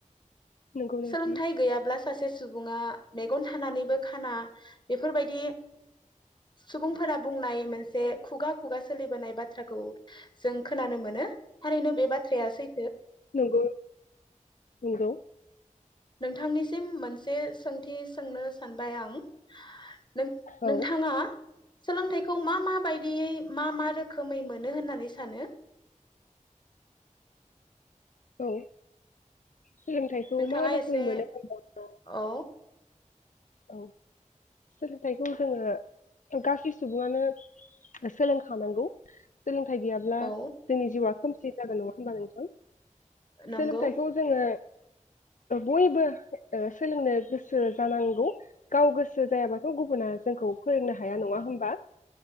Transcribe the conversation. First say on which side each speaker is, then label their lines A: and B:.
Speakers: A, on the left; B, on the left.
A: नंगौ नोंथां
B: सोलोंथाइ गैयाब्ला सासे सासे सुबुङा मेगन थानानैबो खाना बेफोरबायदि सुबुंफोरा बुंनाय मोनसे खुगा खुगा सोलिबोनाय बाथ्राखौ जों खोनानो मोनो थारैनो बे बाथ्राया सै
A: नंगौ नंगौ।
B: नोंथांनिसिम मोनसे सोंथि सोंनो सानबाय आं। नों
A: औ
B: नोंथाङा सोलोंथाइखौ मा मा बायदियै मा मा रोखोमै मोनो होननानै सानो?
A: औ सोलोंथाइखौ
B: नोंथाङा
A: मा रोखोमै
B: एसे
A: मोनो होनना
B: औ
A: औ सोलोंथाइखौ जोङो गासै सुबुङानो सोलोंखानांगौ। थाइ गैयाब्ला
B: औ
A: जोंनि जिउआ खोम सि जागोन नङा होनबा नोंथां?
B: नंगौ
A: सोलोंथाइखौ जोङो बयबो ओ सोलोंनो गोसो जानांगौ। गाव गोसो जायाबाथ' गुबुना जोंखौ फोरोंनो हाया नङा होमबा?